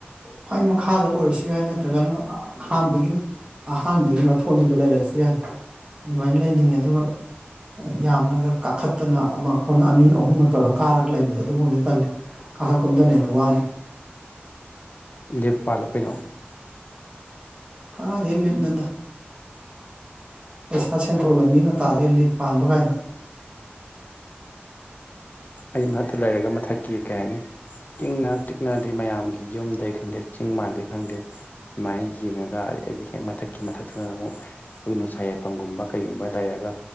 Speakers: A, on the right (about 25°); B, on the left (about 45°).
A: ꯈ꯭ꯋꯥꯏ ꯃꯈꯥꯗ ꯑꯣꯏꯔꯁꯨ ꯌꯥꯏ ꯅꯠꯇ꯭ꯔꯒꯅ ꯑꯍꯥꯟꯕꯒꯤ ꯑꯍꯥꯟꯕꯒꯤ ꯃꯊꯣꯟꯗꯨꯗ ꯂꯩꯔꯁꯨ ꯌꯥꯏ ꯑꯗꯨꯃꯥꯏꯅ ꯂꯩꯅꯤꯡꯉꯦ ꯑꯗꯨꯒ ꯌꯥꯝꯅꯒ ꯀꯥꯈꯠꯇꯅ ꯑꯃꯊꯣꯟ ꯑꯅꯤ ꯑꯍꯨꯝꯒ ꯇꯧꯔꯒ ꯀꯥꯔꯒ ꯂꯩꯕꯗꯣ ꯑꯗꯨꯒꯨꯝꯕꯗꯤ ꯇꯜꯂꯤ ꯀꯥꯈꯠ ꯀꯨꯨꯝꯗꯅ ꯍ‌ꯦꯟꯅ ꯋꯥꯔ‌ꯦ
B: ꯂꯦꯞ ꯄꯥꯜꯂꯣ ꯀꯩꯅꯣ
A: ꯀꯔꯥꯏꯗꯦ ꯂꯦꯞ ꯅ‌ꯣꯗ ꯄꯩꯁꯥ ꯁꯦꯟꯊꯣꯛ ꯂꯝꯕꯤ ꯃꯇꯥꯁꯤ ꯂꯤꯞ ꯄꯥꯟꯕ ꯀꯥꯏꯅ
B: ꯑꯩ ꯃꯊꯛꯇ ꯂꯩꯔꯒ ꯃꯊꯛꯀꯤ ꯀꯩ ꯍꯥꯏꯅꯤ ꯏꯪꯅ ꯆꯤꯛꯅ ꯑꯗꯩ ꯃꯌꯥꯝꯒꯤ ꯌꯨꯝꯗꯩ ꯈꯪꯗꯦ ꯆꯤꯡ ꯃꯥꯟꯗꯩ ꯈꯪꯗꯦ ꯑꯗꯨꯨꯃꯥꯏꯅ ꯌꯦꯡꯉꯒ ꯑꯗ ꯑꯩꯒꯤ ꯍꯦꯛ ꯃꯊꯛꯀꯤ ꯃꯊꯛꯇꯨꯅ ꯑꯃꯨꯛ ꯑꯩꯈꯣꯏꯒꯤ ꯅꯨꯡꯁꯥꯏ ꯌꯥꯏꯐꯝꯒꯨꯝꯕ ꯀꯩꯒꯨꯝꯕ ꯂꯩꯔꯒ